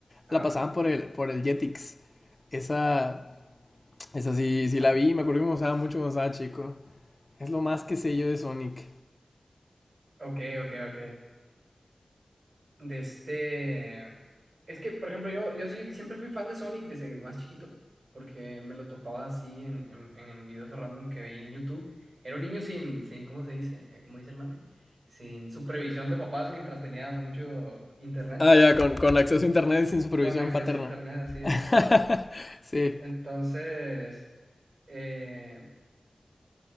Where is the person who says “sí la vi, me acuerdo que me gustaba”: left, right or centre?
Left